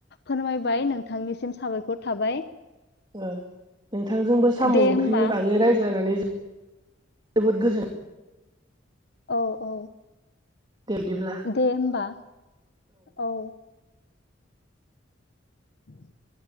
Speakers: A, on the left (about 55°); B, on the right (about 25°).
A: फोरमायबाय नोंथांनिसिम साबायखर थाबाय
B: ओ नोंथांजोंबो साम'
A: दे
B: ओंख्रिनि
A: होमबा
B: बागै रायज्लायनानै जोबोद गोजोन
A: औ औ
B: मोनबाय बिदिब्ला
A: दे होनबा औ। <inaudible>